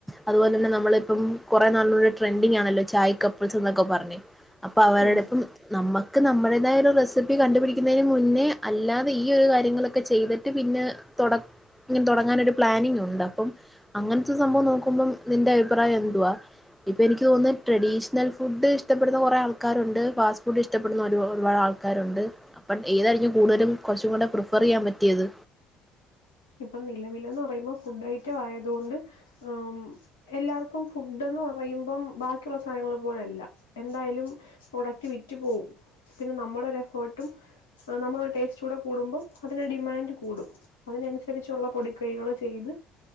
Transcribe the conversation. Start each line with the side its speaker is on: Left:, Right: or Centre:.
Centre: അതുപോലെ തന്നെ നമ്മള് ഇപ്പം കുറേ നല്ലൊരു ട്രെൻഡിങ് ആണല്ലൊ ചായ് കപ്പിൾസ് പറഞ്ഞ് അപ്പൊ അവരുടെ
Left: ഉം
Centre: ഇപ്പം നമ്മുക്ക് നമ്മുടെ എന്തായാലും റെസിപ്പി കണ്ടുപിടിക്കുന്നതിന് മുന്നേ അല്ലാതെ ഈ ഒരു കാര്യങ്ങളൊക്കെ ചെയ്തിട്ട് പിന്നെ തുട ഇങ്ങനെ തുടങ്ങാനൊരു പ്ലാനിങ് ഉണ്ട്. അപ്പം അങ്ങനത്തെ സംഭവം നോക്കുമ്പം നിന്റെ അഭിപ്രായം എന്തുവാ, ഇപ്പൊ എനിക്ക് തോന്നുന്നു. ട്രഡീഷണൽ ഫുഡ്, ഇഷ്ടപ്പെടുന്ന കുറെ ആൾക്കാരുണ്ട്. ഫാസ്റ്റ് ഫുഡ്, ഇഷ്ടപ്പെടുന്ന ഒരുപാട് ഒരുപാട് ആൾക്കാരുണ്ട്. അപ്പം ഏതായിരിക്കും കൂടുതലും കുറച്ചും കൂടെ പ്രിഫർ ചെയ്യാൻ പറ്റിയത്.
Left: ഇപ്പം നിലവിലന്ന് പറയുമ്പോ ഫുഡ് ഐറ്റം ആയത് കൊണ്ട് ആ, എല്ലാർക്കും ഫുഡ്ന്ന് പറയുമ്പം ബാക്കിയുള്ള സാധനങ്ങള് പോലല്ല. എന്തായാലും പ്രൊഡക്റ്റ് വിറ്റ് പോവും പിന്നെ നമ്മടെ ഒരു എഫേർട്ടും നമ്മള് ഒരു ടേസ്റ്റൂടെ കൂടുമ്പോ അതിന്റെ ഡിമാൻഡ് കൂടും അതിനനുസ രിച്ചുള്ള പൊടിക്കൈകൾ ചെയ്ത്